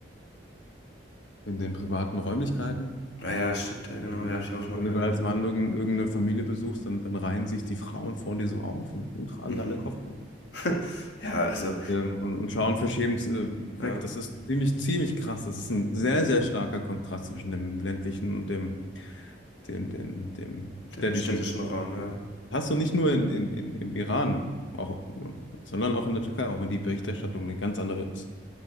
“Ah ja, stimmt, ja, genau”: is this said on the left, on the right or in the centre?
Left